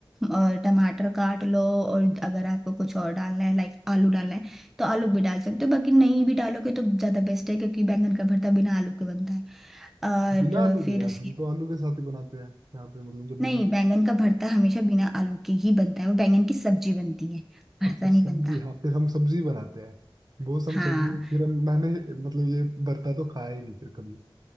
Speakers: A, in the centre; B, on the right.
A: और टमाटर काट लो और अगर आपको कुछ और डालना है लाइक आलू डालना है तो आलू भी डाल सकते हो बाकी नहीं भी डालोगे तो ज़्यादा बेस्ट है क्योंकि बैंगन का भरता बिना आलू के बनता है
B: बिना
A: और
B: आलू
A: फिर
B: के यार
A: उसके
B: हम तो आलू के साथ ही बनाते हैं यहाँ पे मतलब जब
A: नहीं
B: भी
A: बैंगन का भरता हमेशा बिना आलू के ही बनता है वो बैंगन की सब्जी बनती है भरता
B: अच्छा
A: नहीं
B: सब्जी
A: बनता
B: हाँ फिर हम सब्जी बनाते हैं बहुत हम
A: हाँ
B: सब्जी फिर हम मैंने मतलब ये भरता तो खाया ही नहीं फिर कभी